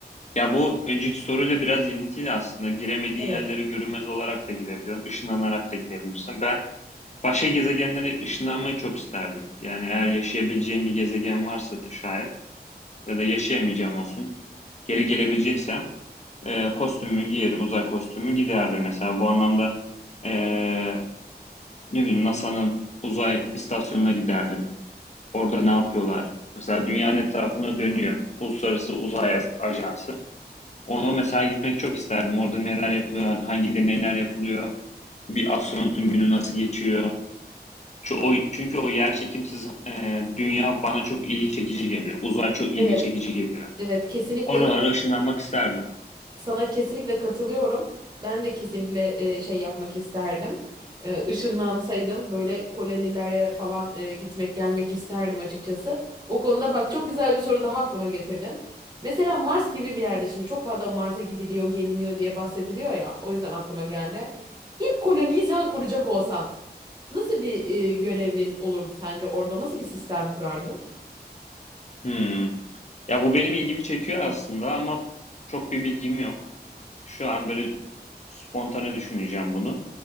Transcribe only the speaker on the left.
Ya, bu önceki soruyla biraz ilintili aslında. Giremediğin
yerlere görünmez olarak da girebiliyorsun, ışınlanarak da gidebilirsin. Ben başka gezegenlere ışınlanmayı çok isterdim. Yani eğer yaşayabileceğim bir gezegen varsa da şayet ya da yaşayamayacağım olsun, geri gelebileceksem, eee, kostümümü giyerim, uzay kostümü giderdim mesela. Bu anlamda, eee, ne bileyim NASA'nın uzay istasyonuna giderdim. Orada ne yapıyorlar? Mesela dünyanın etrafında dönüyor. Uluslararası Uzay Ajansı. Ona mesela gitmek çok isterdim. Orada neler yapılıyor, hangi deneyler yapılıyor, bir astronotun günü nasıl geçiyor. Çünkü o, çünkü yer çekimsiz e, dünya bana çok ilgi çekici geliyor. Uzay çok ilgi
çekici geliyor.
Oralara ışınlanmak isterdim.
Hmm. Ya bu benim ilgimi çekiyor aslında ama çok bir bilgim yok. Şu an böyle spontane düşüneceğim bunu.